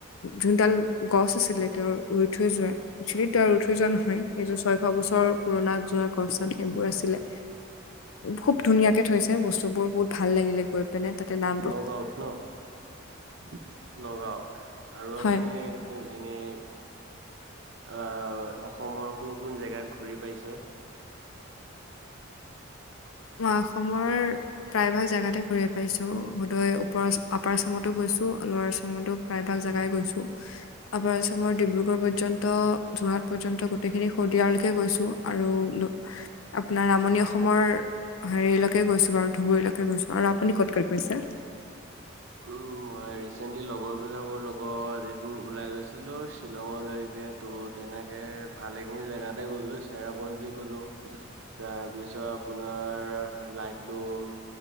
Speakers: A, on the left; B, on the right.
A: যোনডাল গছ আছিলে তেওঁৰ ৰুই থৈ যোৱা- একচুৱেলি তয় ৰুই থৈ যোৱা নহয়। এইযোৰ ছয়শ বছৰৰ পুৰণা যোৱা গচান সেইবোৰ আছিলে। খুব ধুনীয়াকে থৈছে বস্তু বোৰ বহুত ভাল লাগিলে গৈ। তেনে তাতে নাপ-
B: নগাঁওত ন নগাঁৱত আৰু আপুনি-
A: হয়
B: এনেই আ অসমৰ কোন কোন জেগাত ঘূৰি পাইছে?
A: মই অসমৰ- প্ৰায় ভাগ জেগাতে ঘূয়ে পাইছো হুদয় ওপৰ অপাৰ আচামতো গৈছো লৌৱাৰাৰ আচামতো- প্ৰায়ভাগ জাগাই গৈছো। আপাৰ আচামাৰৰ ডিব্ৰুগড় পৰ্যন্ত যোৰহাট পৰ্যন্ত গোটেইখিনি শদিয়াললৈকে গৈছো। আৰু নো আপোনাৰ নামনীয় অস- অসমৰ হেৰিলৈকে গৈছো বাৰু ধুবুৰীলৈকে গৈছো আৰু আপুনি ক'ত ক'ত কৈ গৈছে? <inaudible>
B: উম, মই ৰিচেন্টলি লগৰ বিলাকৰ লগত এদিন ওলাই গৈছিলো শ্বিলঙলৈকে- ত' তেনেকে ভালেখিনি জেগাতে গ'লো চেৰাপঞ্জী গলো- তাৰ পিছত আপোনাৰ লাইট লুম-